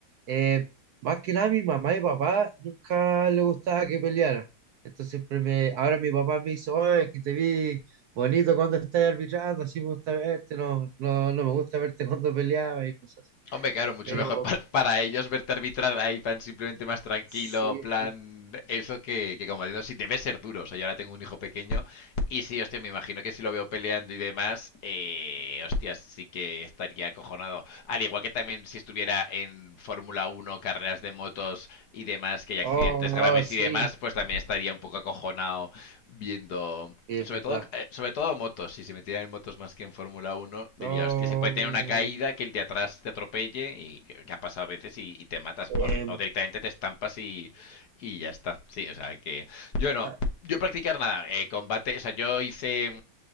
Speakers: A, on the right; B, on the left.
A: Eh, más que nada mi mamá y papá nunca le gustaba que peleara. Entonces siempre me, ahora mi papá me dice, oye, que te vi bonito cuando estás arbitrando, así me gusta verte, no, no, no me gusta verte cuando peleabas y cosas así.
B: Hombre, claro, mucho
A: Pero
B: mejor pa- para ellos verte arbitrar ahí, plan simplemente más tranquilo,
A: Sí,
B: plan
A: sí.
B: eso que, que como digo, sí, debe ser duro. O sea, yo ahora tengo un hijo pequeño y sí, hostia, me imagino que si lo veo peleando y demás, eh, hostia, sí que estaría acojonado. Al igual que también si estuviera en Fórmula Uno carreras de motos y demás, que hay accidentes
A: Oh,
B: graves y
A: sí,
B: demás, pues también estaría un poco acojonado viendo...
A: sí, es
B: Sobre
A: verdad.
B: todo, eh, sobre todo motos, si se metiera en motos más que en Fórmula Uno diría,
A: No,
B: hostia, se puede tener una caída que el de atrás te atropelle y que, que ha pasado a veces y, y te matas
A: em,
B: o, o directamente te estampas y, y ya está. Sí, o sea que yo no,
A: ta-
B: yo practicar nada, eh, combate, o sea, yo hice,